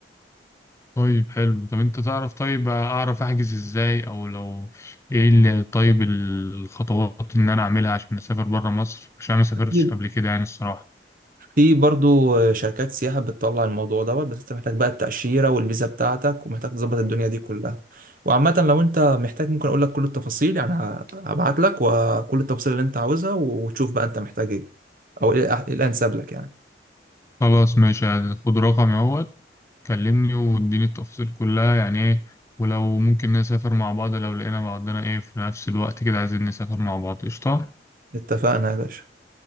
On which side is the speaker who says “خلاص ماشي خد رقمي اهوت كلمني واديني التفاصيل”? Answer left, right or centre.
Left